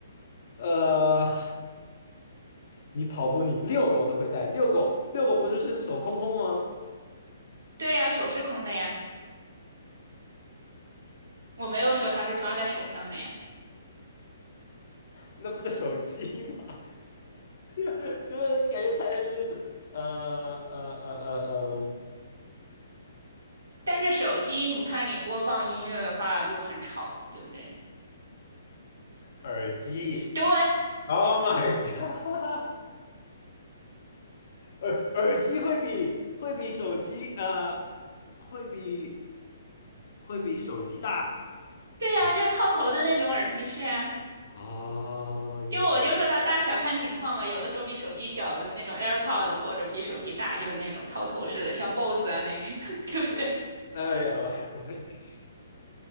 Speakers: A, on the left; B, on the right.
A: 呃，你跑步，你遛狗都会带，遛狗遛狗不就是手空空吗？
B: <laughs> 对呀，手是空的呀，我没有说它是抓在手上的呀。
A: 那不就手机吗？<laughs> 就是感觉猜下去就是呃呃呃呃呃，
B: 但是手机，你看你播放音乐的话就很吵嘛，对不对？
A: 耳机。
B: 对，
A: Oh my god！耳耳机会比会比手机呃会比会比手机大
B: <laughs> 对呀，
A: 哦
B: 就套头的那种耳机是啊。
A: 啊也是，
B: 就我就说它大小看情况吧，有的时候比手机小，就是那种 AirPods，或者比手机大，就是那种套头式的，像 BOSS 啊那些，<laughs> 对不对？
A: <laughs> 哎呀，我还我还可以